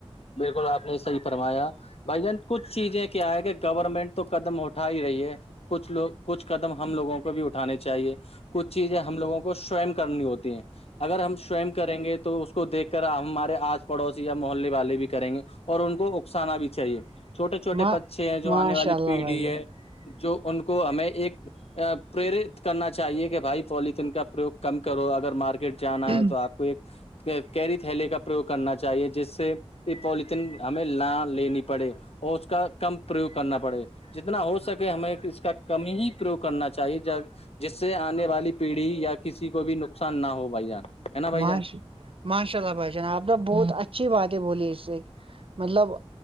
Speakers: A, on the left (about 65°); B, on the right (about 55°).
A: بالکل آپ نے صحیح فرمایا بھائی جان کچھ چیزیں کیا ہے کہ گورنمنٹ تو قدم اٹھا ہی رہی ہے کچھ لوگ کچھ قدم ہم لوگوں کو بھی اٹھانے چاہیے کچھ چیزیں ہم لوگوں کو سوئم کرنی ہوتی ہے اگر ہم سوئم کریں گے تو اس کو دیکھ کر ہمارے آس پڑوسی یا محلے والے بھی کریں گے اور ان کو اکسانا بھی چاہیے چھوٹے چھوٹے
B: ماں
A: بچے ہیں جو
B: ماشاء
A: آنے والی
B: اللہ
A: پیڑھی
B: بھائی
A: ہے جو ان کو ہمیں ایک پرییرت کرنا چاہیے کہ بھائی پولیتھیین کا پرریوگ کم کرو اگر مارکی ٹ جانا
B: جان
A: ہے تو آپ کو ایک کیری تلے کا پروگ کرنا چاہیے جس سے کہ پولیتن ہمیں نہ لینی پڑے اور اس کا کم پرریوگ کرنا پڑے جتنا ہو سکے ہمیں اس کا کم ہی پرریوگ کرنا چاہیے ج جس سے آنے والی پیڑھی یا کسی کو بھی نقصان نہ ہو بھائی جان ہے نا بھائی
B: ماش
A: جان
B: ماشاء اللہ بھائی جناب آپنا بہت اچھی بات ہے بولی اس سے مطلب